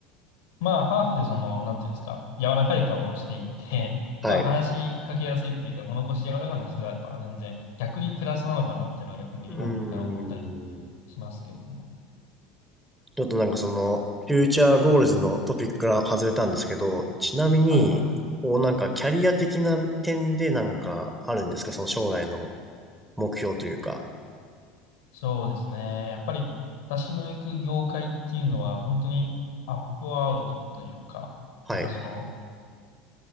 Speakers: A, on the left (about 65°); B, in the centre.
A: まあ、ハーフでその、なんていうんですか、柔らかい顔をしていて、<laughs>
B: はい。
A: まあ、話しかけやすいというか、物腰柔らかな人であれば、全然、逆にプラスなのかなっていうのは、逆に日本でいたら思ったりも
B: うん
A: しますけれども。
B: ちょっとなんかその、フューチャーゴールズのトピックから外れたんですけど、ちなみに、
A: はいはい。
B: こうなんかキャリア的な点でなんかあるんですかその将来の目標というか。
A: そうですね。やっぱり、私の行く業界っていうのは、本当にアップアウトというか、
B: はい。
A: なんかその、